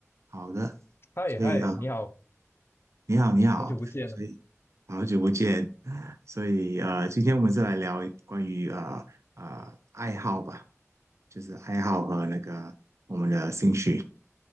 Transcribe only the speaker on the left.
嗨嗨，
你好，
好久不见了。